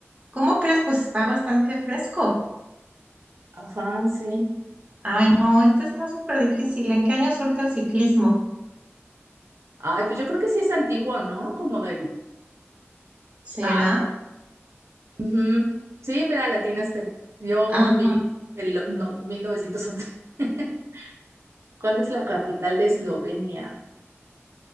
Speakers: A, on the right (about 25°); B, on the right (about 80°).
A: ¿Cómo crees? Pues está bastante fresco.
B: Ajá, sí.
A: Ay, no, esto está súper difícil. ¿En qué año surge el ciclismo?
B: Ay, pues yo creo que sí es antiguo, ¿no? Como del...
A: ¿Será?
B: Ah, ujú. Sí, mira, la atinaste. Yo
A: Ajá.
B: lo vi en no, 1911. <laughs> ¿Cuál es la capital de Eslovenia?